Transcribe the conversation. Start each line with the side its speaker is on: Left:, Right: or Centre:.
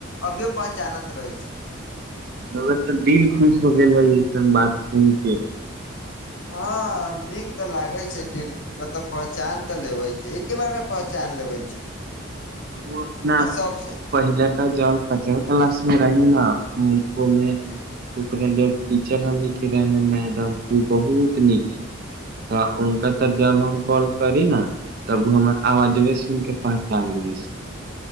Left: अभियो पहचानत रहे छै
Right: <unintelligible> तऽ दिल खुश हो गेल रहै। बात सुन के। <unintelligible>
Left: हँ दिक तऽ लागै छै कि मतलब पहचान तऽ लेबै छै एके बार मे पहचान लेबै छै।
Right: हम ओ अपना
Left: आ सबसे
Right: पहिल का जल पचत ल। <unintelligible> मे रही ने। <unintelligible> ओमे
Left: जी
Right: ओकरा जब। <unintelligible> टीचर हमने रहै मैडम ओ बहुत नीक छै तऽ हुनका तऽ जब हम कॉल करी ने। <unintelligible> तब हमर आवाजबे
Left: जी
Right: सुन के पहचान लेबे।